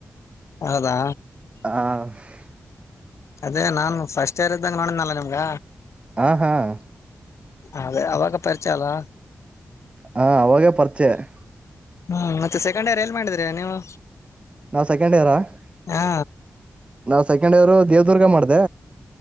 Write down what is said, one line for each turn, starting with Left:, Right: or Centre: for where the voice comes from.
Left: ಹೌದಾ
Right: ಹಾ <unintelligible>
Left: ಅದೇ ನಾನ್ ಫಸ್ಟ್ ಏರ ಇದ್ದಂಗ ನೋಡ್ನಲ್ಲ ನಿಮ್ಗ
Right: ಹಾ ಹಾ <unintelligible>
Left: ಅದೆ ಅವಾಗ ಪರಿಚಯ ಅಲ್ಲ
Right: ಹಾ ಅವಾಗ ಪರಿಚಯ <unintelligible>
Left: ಹ್ಮ್ ಮತ್ತೆ ಸೆಕಂಡಿಯರ್ರ ಎಲ್ಲಿ ಮಾಡಿದ್ರೀ ನೀವು.
Right: ನಾವ್ ಸೆಕೆಂಡ್ ಇಯರಾ <unintelligible>
Left: ಹಾ
Right: ನಾವ್ ಸೆಕೆಂಡ್ ಇವರು ದೇವದುರ್ಗ ಮಾಡ್ದ.